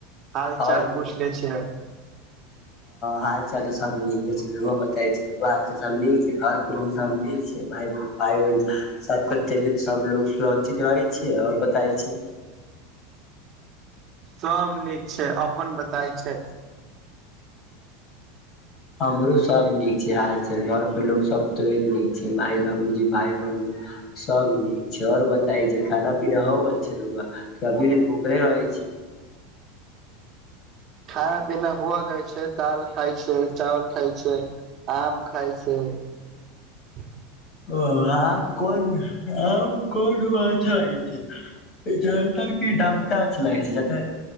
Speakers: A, on the right; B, on the left.
A: हाल
B: आओर
A: चाल पूछ ले छिये
B: हाल चाल तऽ सभ नीके अछि राऊआ बताई छै हाल चाल सभ नीक छै घर पर सभ नीक छै भाइ बहैन भाय बन सभके तबैत सभ लोग सुरक्षित रहै छै और बताइ छै
A: सभ नीक छै अपन बताय छै
B: हमरो सभ नीक छै हाल चाल घर पर लोग सभ तो नीक छै माय बाबूजी भाय बहिनू सभ नीक छै ओर बताई छै खाना पीना हो गेल छै राऊआ अभी ले भूखले रहै छै
A: खाना पीना भो गेल छै दाल खाय छै चावल खाय छै। आम खाय छैये
B: ओ आम कोन आम कोन वला खाय छैये <unintelligible>